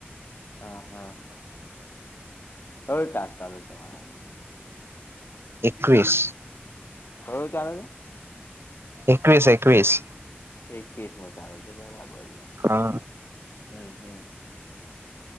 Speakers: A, on the left; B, on the right.
A: હ હા ક્યુ ટાસ્ક ચાલુ તમારા.
B: એકવીસ.
A: ક્યુ ચાલે છે.
B: એકવીસ-એકવીસ.
A: એકવીસમો ચાલે છે બરાબર. છે
B: હા.
A: હમ હમ